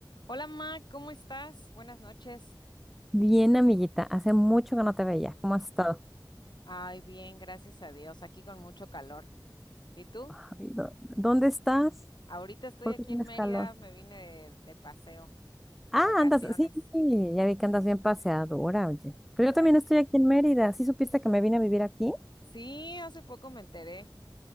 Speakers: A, on the left; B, in the centre.
A: Hola, Ma, ¿cómo estás? Buenas noches.
B: Bien, amiguita, hace mucho que no te veía. ¿Cómo has estado?
A: Ay, bien, gracias a Dios, aquí con mucho calor. ¿Y tú?
B: Ay, do- ¿Dónde estás?
A: Ahorita estoy
B: ¿Por
A: aquí
B: qué tienes
A: en Mérida,
B: calor?
A: me vine de, de paseo, de
B: Ah,
A: vacaciones.
B: andas, sí, sí, ya vi que andas bien paseadora, oye. Pero
A: Ay,
B: yo también estoy aquí en Mérida. ¿Sí supiste que me vine a vivir aquí?
A: sí, hace poco me enteré.